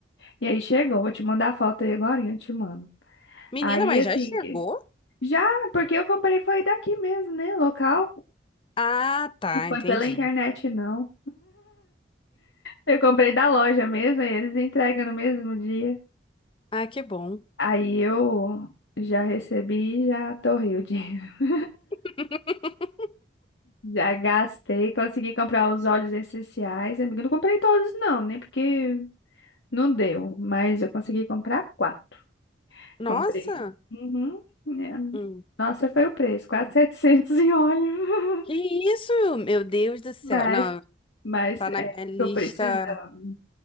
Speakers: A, on the left; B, on the left.
A: E aí chegou, vou te mandar a foto aí agora, eu te mando.
B: Menina,
A: Aí,
B: mas
A: assim,
B: já chegou?
A: que- já, porque eu comprei foi daqui mesmo, né? Local.
B: Ah, tá,
A: Não foi
B: entendi.
A: pela internet, não. Eu comprei da loja mesmo, aí eles entregam no mesmo dia.
B: Ah, que bom.
A: Aí eu já recebi e já torrei o dinheiro. <laughs>
B: <laughs>
A: Já gastei, consegui comprar os óleos essenciais, amiga. Eu não comprei todos, não, nem porque não deu, mas eu consegui comprar quatro.
B: Nossa!
A: Comprei. Uhum. né?
B: Hum.
A: Nossa, foi o preço, quase <laughs> 700 em óleo.
B: Que isso? Meu Deus
A: <laughs>
B: do céu.
A: Mas,
B: Não,
A: mas
B: tá na
A: é,
B: minha lista.
A: tô precisando